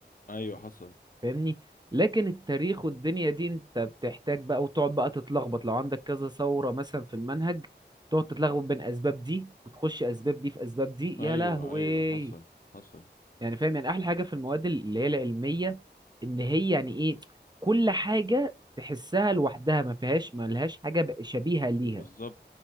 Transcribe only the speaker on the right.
فاهمني لكن التاريخ والدنيا دي انت بتحتاج بقى وتقعد بقى تتلخبط لو عندك كذا ثوره مثلا في المنهج تقعد تتلخبط بين اسباب دي وتخش اسباب دي في اسباب دي
يا لهوي
يعني فاهم يعني احلى حاجه في المواد اللي هي العلميه ان هي يعني ايه كل حاجه تحسها لوحدها ما فيهاش ما لهاش حاجه ب- شبيهه ليها